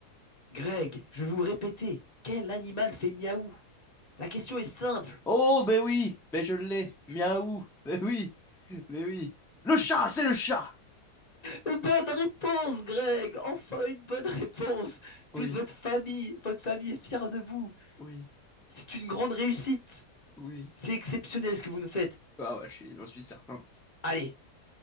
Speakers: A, on the left; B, in the centre.
A: Greg, je vais vous répéter. Quel animal fait miaou? La question est simple.
B: Oh, ben oui, ben je l'ai. Miaou, ben oui, ben oui. Le chat, c'est le chat!
A: Bonne réponse, Greg. Enfin une bonne réponse.
B: Oui,
A: Toute votre famille, votre famille est fière de vous.
B: oui,
A: C'est une grande réussite.
B: oui.
A: C'est exceptionnel ce que vous nous faites.
B: Ah bah, je suis- j'en suis certain.
A: Allez,